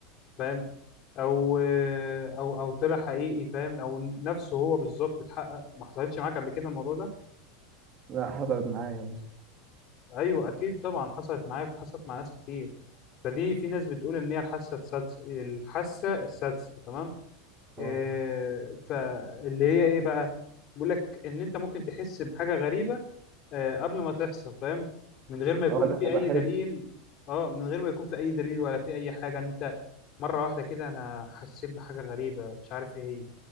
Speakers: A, on the left; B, on the right.
A: فاهم او آه، او او طلع حقيقي فاهم او نفسه هو بالظبط اتحقق ما حصلتش معاك قبل كده الموضوع ده
B: لا حصلت معايا مثلا
A: ايوه اكيد طبعا حصلت معاك وحصلت مع ناس كتير فدي في ناس بتقول ان هي الحاسه السادسه الحاسه السادسه تمام
B: اه
A: آه فاللي هي ايه بقى بيقول لك ان انت ممكن تحس بحاجه غريبه آه، قبل ما تحصل فاهم من غير ما يكون
B: اه لا
A: في
B: انا بحس
A: اي دليل اه من غير ما يكون في اي دليل ولا في اي حاجه انت مره واحده كده انا حسيت بحاجه غريبه مش عارف ايه هي